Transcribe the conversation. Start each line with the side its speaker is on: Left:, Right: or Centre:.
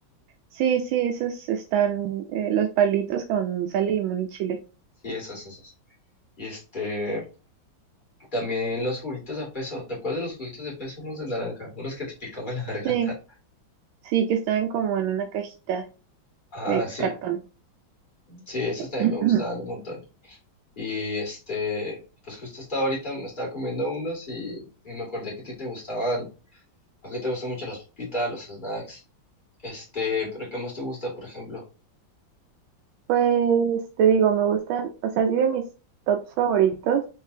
Right: Sí, sí, esos están eh, los palitos con sal y limón y chile.
Left: Sí, esas, esas. Y este, también los juguitos a peso, ¿te acuerdas de los juguitos de peso? Unos de naranja, unos que te picaban la <laughs> garganta.
Right: Sí, sí, que están como en una cajita
Left: Ah,
Right: de
Left: sí,
Right: cartón.
Left: sí, esos también
Right: <clears throat>
Left: me gustaban un montón. Y este, pues justo estaba ahorita, me estaba comiendo unos y, y me acordé que a ti te gustaban, a ti te gustan mucho las papitas, los snacks, este, pero ¿qué más te gusta, por ejemplo?
Right: Pues te digo, me gustan, o sea, sí de mis tops favoritos